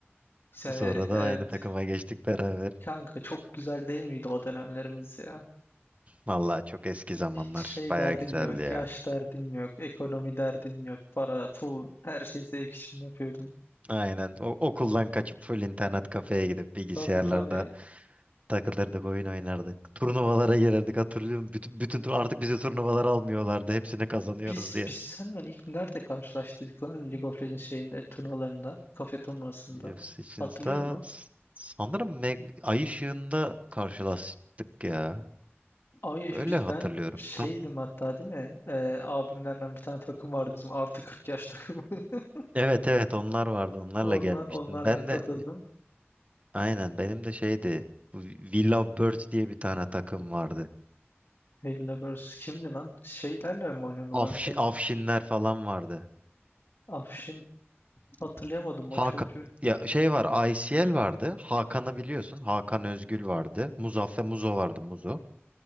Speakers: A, on the left; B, on the right.
A: Se-
B: Sonradan
A: evet.
B: aynı takıma geçtik beraber.
A: Kanka çok güzel değil miydi o dönemlerimiz ya?
B: Valla çok eski zamanlar.
A: Hiç şey
B: Baya
A: derdin
B: güzeldi
A: yok,
B: ya.
A: yaş derdin yok, ekonomi derdin yok, para, pul, her şeyi zevk için yapıyordun.
B: Aynen. O, okuldan kaçıp full internet kafeye gidip bilgisayarlarda
A: Tabii tabii.
B: takılırdık, oyun oynardık. Turnuvalara gelirdik hatırlıyorum. Bütün, bütün tur artık bizi turnuvalara almıyorlardı. Hepsini kazanıyoruz
A: Biz
B: diye.
A: biz seninle ilk nerede karşılaştık lan League of Legends şeyinde turnuvalarında, kafe turnuvasında.
B: UFC için
A: Hatırlıyor
B: de
A: musun?
B: sanırım Meg- Ay ışığında karşılaştık ya.
A: Ay
B: Öyle
A: bir
B: hatırlıyorum.
A: ben şeydim
B: Tam
A: hatta değil mi? Ee, abimlerle bir tane takım vardı bizim artı 40 yaş takımı. <laughs>
B: evet evet onlar vardı. Onlarla
A: Onlar
B: gelmiştin.
A: onlarla
B: Ben
A: katıldım.
B: de aynen benim de şeydi. Bu We Love Birds diye bir tane takım vardı.
A: Hella vs. kimdi lan? Şeylerle mi oynuyorsun
B: Afşi,
A: o zaman sen?
B: Afşinler falan vardı.
A: Afşin hatırlayamadım
B: Hakan
A: o çocuğu.
B: ya şey var, ICL vardı. Hakan'ı biliyorsun. Hakan Özgül vardı. Muzaffer Muzo vardı Muzo.